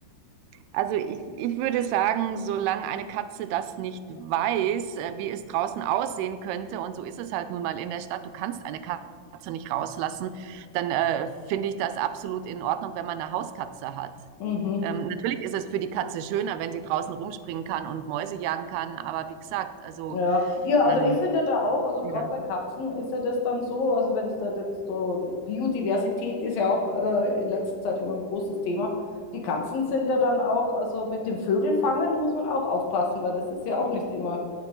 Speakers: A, on the right; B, on the left.
A: Also ich, ich würde sagen, solange eine Katze das nicht weiß, äh, wie es draußen aussehen könnte, und so ist es halt nun mal in der Stadt, du kannst eine Katze nicht rauslassen, dann äh, finde ich das absolut in Ordnung, wenn man eine Hauskatze hat.
B: Mhm.
A: Ähm, natürlich ist es für die Katze schöner, wenn sie draußen rumspringen kann und Mäuse jagen kann, aber wie gesagt, also
B: Ja. Ja, also
A: ähm,
B: ich finde ja da auch, also
A: ja.
B: gerade bei Katzen ist ja das dann so, also wenn es da jetzt so, Biodiversität ist ja auch äh, in letzter Zeit immer ein großes Thema. Die Katzen sind ja dann auch, also mit dem Vögelfangen muss man auch aufpassen, weil das ist ja auch nicht immer